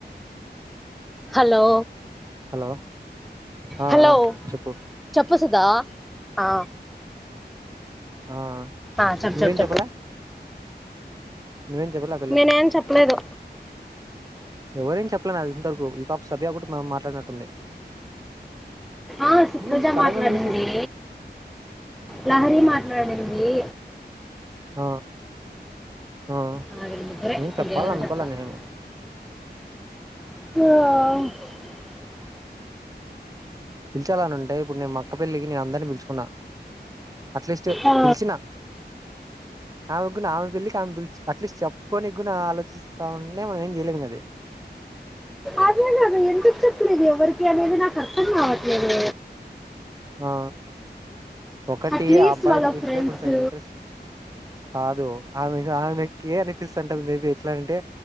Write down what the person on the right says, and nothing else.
హలో ఆ
ఆ చెప్పు
ఆ
నువ్వేం
చెప్పలే నువ్వేం చెప్పలే ఆ పిల్లకి
ఎవరైం చెప్పలే అది ఇంతవరకు ఈ పాప ఒక సభ్య కూడాటి మం మాట్లాడినట్టుంది
నేను సడగం
చూసి
హ హ
నేను చెప్పాల
అనుకోల
నేనేమి
పిల్చాలన ఉంటాయి ఇప్పుడు నేను మక్క పెళ్ళికి నేను అందరినీ పిలుచుకున్నా అట్లీస్ట్
పిలిచిన ఆమెకు ఆమె పెళ్లికి ఆమె పిలి అట్లీస్ట్ చెప్పుకొనిగున ఆలోచిస్తా ఉంటే మనం ఏం చేయలేము కదే
ఆ ఒకటి
ఆ అబ్బాయిని
చూస్తే
కొంచెం ఇంట్రెస్ట్ కాదు ఆమె కాదు కే అనిపిస్తటాది మే బె ఎట్లా అంటే